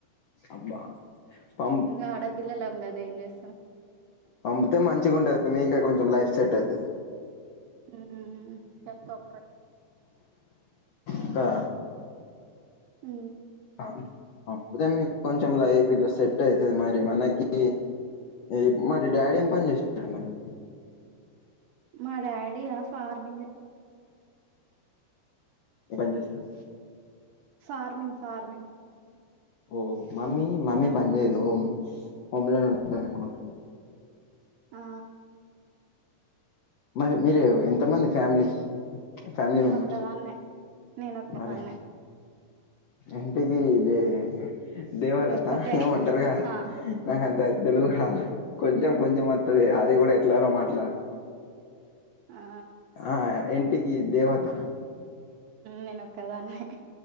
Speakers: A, on the left; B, on the right.
A: అబ్బా పం
B: ఇంగ ఆడ పిల్లలం గదా, ఏం జేస్తం?
A: పంపుతే, మంచిగా ఉంటది. మీకే కొంచెం లైఫ్ సెట్ అయితది.
B: ఊమ్ పతొక్కరు
A: కదా?
B: ఊ
A: అ అప్పుతేే మీకు కొంచెం లైవ్ ఇలా సెట్ అవుతుది మరి మనకి ఎపు మరి డాడీ ఏం పని చేస్తున్నారు.
B: మా డాడీ ఆ ఫార్మింగ్
A: ఎటం చేసింది
B: ఫార్మింగ్ ఫార్మింగ్
A: ఓహ మమ్మీ మమ్మీ పని చేయదు హోమ్ హోమ పని లోనే ఉంటు అనుకుంటాను
B: ఆ
A: మరి మీరు ఎంతమంది ఫ్యామిలీ. ఫ్యామిలీ
B: నేను
A: మెంబర్
B: ఒక్కదాన్నే నేను ఒక్కదాన్నే
A: అరే ఇంటిగి దే దేవాలత
B: ఒక్కటే
A: ఏవో అంటార్గా
B: ఆ
A: నాకు అంతా తెలుగు కాదు కొంచెం కొంచెం వత్తది అది కూడా ఎట్లనో మాట్లాడతాను.
B: ఆ
A: ఆ ఇంటికి దేవత.
B: నేను ఒక్కదాన్నే కా